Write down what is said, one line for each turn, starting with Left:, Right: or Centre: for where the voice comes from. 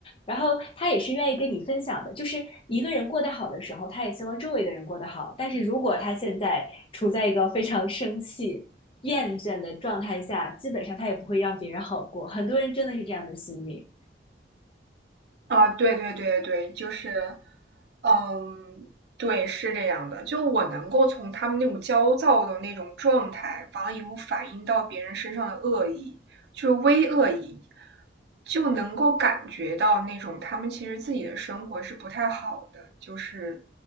Left: 然后他也是愿意跟你分享的。就是一个人过得好的时候，他也希望周围的人过得好。但是如果他现在处在一个非常生气、厌倦的状态下，基本上他也不会让别人好过。很多人真的是这样的心理。
Right: 啊，对对对对，就是，嗯，对，是这样的。就我能够从他们那种焦躁的那种状态，完了以后反映到别人身上的恶意，就是微恶意，就能够感觉到那种他们其实自己的生活是不太好的。就是